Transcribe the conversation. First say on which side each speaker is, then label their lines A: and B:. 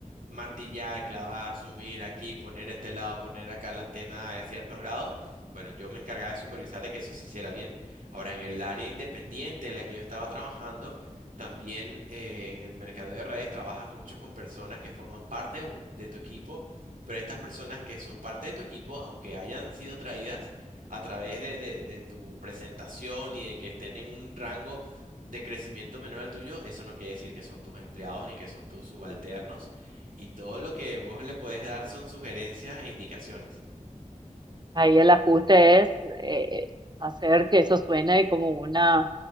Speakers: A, on the right; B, on the right.
A: martillar, clavar, subir aquí, poner este lado, poner acá la antena a ciertos grados. Bueno, yo me encargaba de supervisar de que eso se hiciera bien. Ahora, en el área independiente en la que yo estaba trabajando, también eh, en el mercado de redes trabajas mucho con personas que forman parte de, un- de tu equipo, pero estas personas que son parte de tu equipo, aunque hayan sido traídas a través de, de- de tu presentación y de que estén en un rango de crecimiento menor al tuyo, eso no quiere decir que son tus empleados ni que son tus subalternos. Y todo lo que vos le puedes dar son sugerencias e indicaciones.
B: Ahí el ajuste es eh, hacer que eso suene como una,